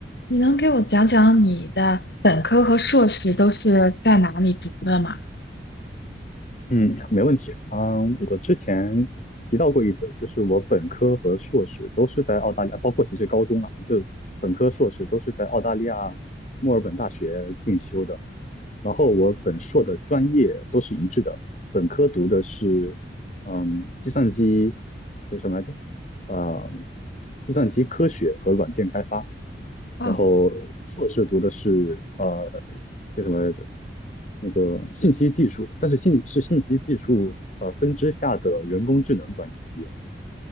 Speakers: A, on the left (about 65°); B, on the left (about 40°).
A: 你能给我讲讲你的本科和硕士都是在哪里读的吗？
B: 嗯，没问题。嗯，我之前提到过一嘴，就是我本科和硕士都是在澳大利亚，包括其实高中啊，就本科、硕士都是在澳大利亚墨尔本大学进修的。然后我本硕的专业都是一致的，本科读的是嗯计算机叫什么来着？呃，计算机科学和软件开发。
A: 哦，
B: 然后硕士读的是呃叫什么来着？那个信息技术，但是信是信息技术呃分支下的人工智能专业。